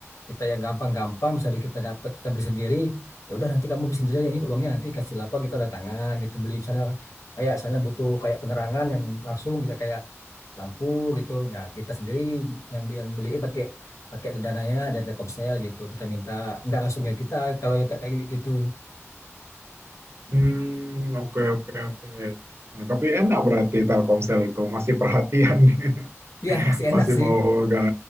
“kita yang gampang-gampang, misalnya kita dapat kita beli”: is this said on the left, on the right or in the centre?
Left